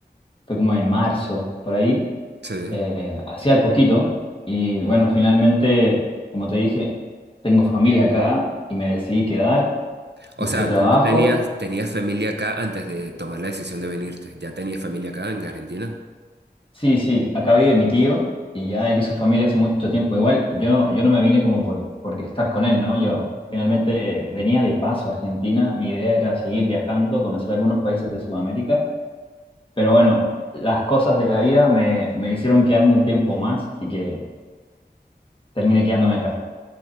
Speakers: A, on the left (about 30°); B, on the right (about 80°).
A: fue como en marzo, por ahí.
B: sí.
A: eh, hacía al poquito y bueno, finalmente, como te dije, tengo familia acá y me decidí quedar,
B: O
A: busqué
B: sea,
A: trabajo.
B: tú tenías, tenías familia acá antes de tomar la decisión de venirte. ¿Ya tenías familia acá en Argentina?
A: Sí, sí, acá vive mi tío y ya él hizo familia hace mucho tiempo. Igual yo no, yo no me vine como por, por estar con él, ¿no? Yo finalmente venía de paso a Argentina, mi idea era seguir viajando, conocer algunos países de Sudamérica, pero bueno, las cosas de la vida me, me hicieron quedarme un tiempo más, así que terminé quedándome acá.